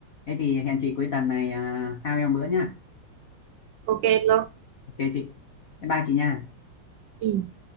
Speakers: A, on the left; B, on the right.
A: thế thì hẹn chị cuối tuần này à, hai em một bữa nhá
B: ok luôn
A: ok chị bye bye chị nha
B: ừ.